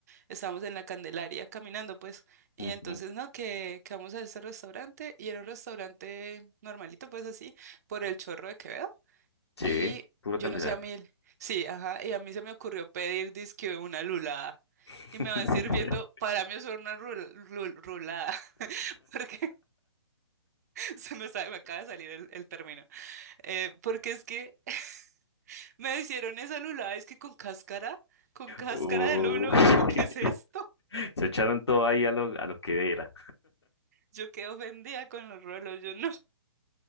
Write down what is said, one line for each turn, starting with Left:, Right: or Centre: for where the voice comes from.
Right: estábamos en la Candelaria caminando, pues, y
Left: ujú,
Right: entonces, no, que, que vamos a este restaurante, y era un restaurante normalito, pues así, por el Chorro de Quevedo.
Left: sí,
Right: Y
Left: puro
Right: yo
Left: candelaria.
Right: no sé a mí, sí, ajá, y a mí se me ocurrió pedir disque una lulada.
Left: <laughs>
Right: Y me van sirviendo, para mí eso era una rul- rul- rulada, <laughs> porque <laughs> se me, sa- me acaba de salir el, el término. Eh, porque es que <laughs> me hicieron esa lulada, es que con cáscara, con cáscara
Left: Uy,
Right: de lulo,
Left: <laughs>
Right: <laughs> yo, ¿qué es esto?
Left: se echaron todo ahí a lo, a lo que era.
Right: Yo quedé ofendida con los rulos, yo no.